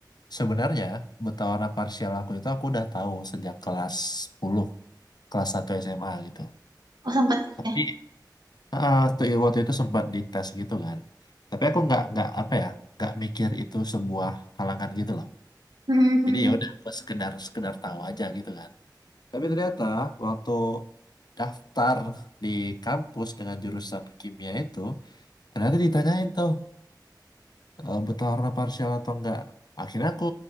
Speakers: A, on the left (about 65°); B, on the right (about 65°).
A: sebenarnya buta warna parsial aku itu aku udah tahu sejak kelas sepuluh, kelas 1 SMA gitu.
B: Oh, sempat
A: Tapi
B: ya.
A: ah, waktu waktu itu sempat dites gitu kan. Tapi aku nggak nggak apa ya, nggak mikir itu sebuah halangan gitu loh.
B: Hmm, hmm,
A: Jadi ya udah gue sekedar sekedar tahu aja gitu kan. Tapi ternyata waktu daftar di kampus dengan jurusan kimia itu ternyata ditanyain tuh e, butuh warna parsial atau enggak. Akhirnya aku